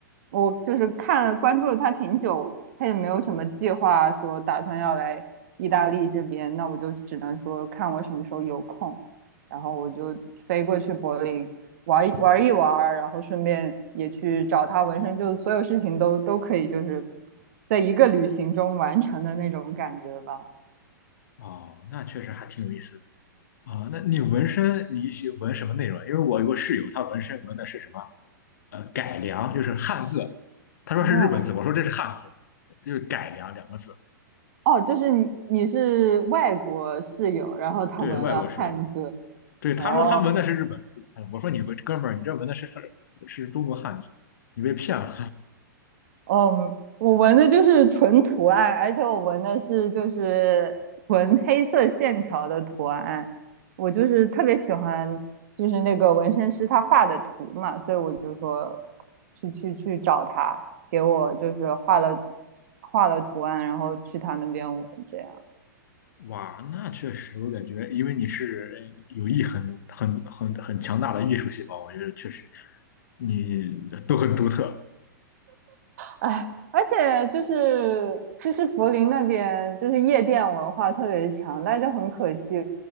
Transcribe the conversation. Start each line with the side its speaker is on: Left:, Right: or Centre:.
Right: 我就是看了关注了他挺久，他也没有什么计划说打算要来意大利这边，那我就只能说看我什么时候有空，然后我就飞过去柏林玩一玩一玩然后顺便也去找他纹身，就所有事情都都可以，就是在一个旅行中完成的那种感觉吧。
Left: 哦，那确实还挺有意思的。啊、那你纹身你喜纹什么内容啊？因为我有个室友，他纹身纹的是什么？呃，改良，就是汉字。他说是日本字，
Right: 哦
Left: 我说这是汉字，就是改良两个字。
Right: 哦，就是你你是外国室友，然后他纹了汉字。
Left: 对外国室友，对他说他纹的是日本字，
Right: 哦
Left: 哎我说你纹哥们儿，你这纹的是是是中国汉字，你被骗了。
Right: 嗯，我纹的就是纯图案，而且我纹的是就是纯黑色线条的图案。我就是特别喜欢，就是那个纹身师他画的图嘛，所以我就说去去去找他，给我就是画了画了图案，然后去他那边纹这样。
Left: 哇，那确实，我感觉，因为你是有意很很很很强大的艺术细胞，我觉得确实你都很独特
Right: 哎，而且就是，其实柏林那边就是夜店文化特别强，但就很可惜，